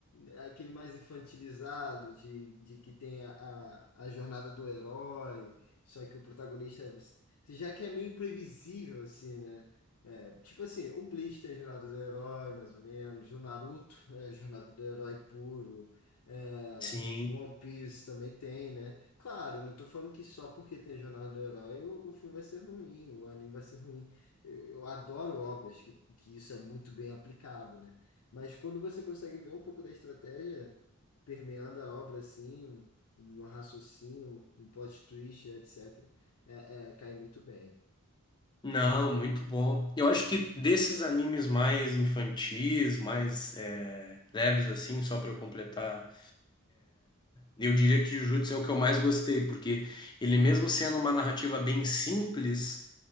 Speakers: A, on the left; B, on the left.
A: eh, aquele mais infantilizado, de, de que tem a, a a jornada do herói, só que o protagonista é já que é meio previsível, assim, né? É, tipo assim, o Bleach tem Jornada do Herói, mais ou menos. O Naruto é Jornada do Herói puro. É,
B: Sim.
A: One Piece também tem, né? Claro, não tô falando que só porque tem Jornada do Herói o, o filme vai ser ruim, o anime vai ser ruim. Eu, eu adoro obras que, que isso é muito bem aplicado, né? Mas quando você consegue ver um pouco da estratégia permeando a obra, assim, um, um raciocínio, um plot twist, etc. É, é, cai muito bem.
B: Não, muito bom. Eu acho que desses animes mais infantis, mais é, leves assim, só para eu completar, eu diria que Jujutsu é o que eu mais gostei, porque ele mesmo sendo uma narrativa bem simples